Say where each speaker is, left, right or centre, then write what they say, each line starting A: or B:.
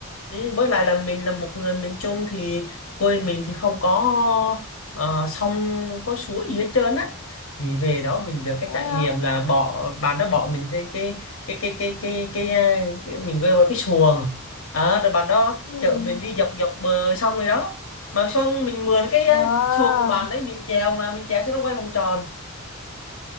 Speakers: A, on the left; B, on the left.
A: Ừ, với lại là mình là một người miền Trung thì quê mình thì không có ờ, sông có suối gì hết trơn á thì về đó mình được cái
B: Đó.
A: trải nghiệm là bỏ bạn đó bỏ mình lên cái cái cái cái cái cái, ờ, cái mình gọi là cái xuồng Ờ, rồi bạn đó
B: Ừ.
A: chở mình đi dọc dọc bờ sông rồi đó mà xong mình mượn cái
B: Wow,
A: ờ, xuồng của bạn đấy mình chèo mà mình chèo xong nó quay vòng tròn